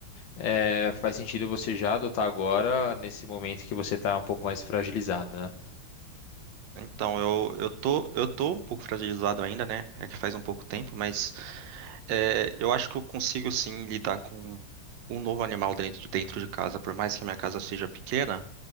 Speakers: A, on the left; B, on the right.
A: é, faz sentido você já adotar agora, nesse momento que você está um pouco mais fragilizado, né?
B: Então, eu, eu tô, eu tô um pouco fragilizado ainda, né? É que faz um pouco tempo, mas é, eu acho que eu consigo sim lidar com um novo animal dentro, de- dentro de casa, por mais que a minha casa seja pequena.